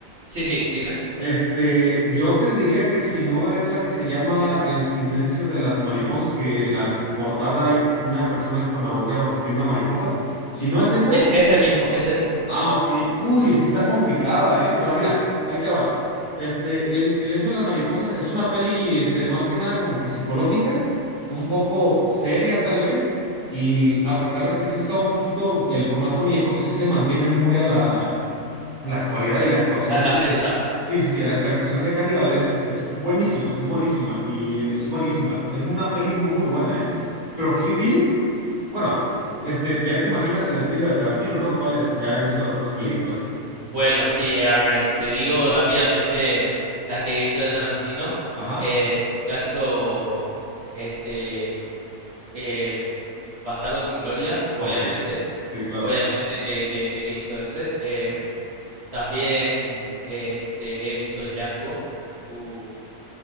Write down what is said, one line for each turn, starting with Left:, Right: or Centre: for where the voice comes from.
Right: sí, sí, dime.
Left: este, yo te diría que si no es la que se llama El silencio de las mariposas, que en la portada hay una persona con la boca, tiene una mariposa. Si no es esa.
Right: Es, ese mismo, ese mismo
Left: Ah,
Right: es.
Left: ok. Uy, sí está complicada, ¿eh? Pero mira, ahí te va. Este, El silencio de las mariposas es una peli, este, más que nada como que psicológica, un poco seria tal vez, y a pesar de que sí está un poquito, el formato viejo sí se mantiene muy a la, a la actualidad
Right: El-
Left: y la actuación
Right: A la
Left: de...
Right: fecha.
Left: Sí, sí, sí, la, la actuación de Hannibal es, es buenísima, es buenísima, y el- es buenísima. Es una peli muy buena, ¿eh? Pero Kill Bill... Bueno, este, ya te imaginas el estilo de Tarantino, ¿no? ¿Cuál es? Ya has visto las otras películas.
Right: Bueno, sí, eh, a ver, te digo rápidamente las que he visto de Tarantino.
Left: Ajá.
Right: Eh, el clásico, este, el Bastardo sin Gloria, obviamente.
Left: Ok. Sí, claro.
Right: Obviamente que, que- que he visto ese. Em, también eh, este, he visto Django. ¿Tú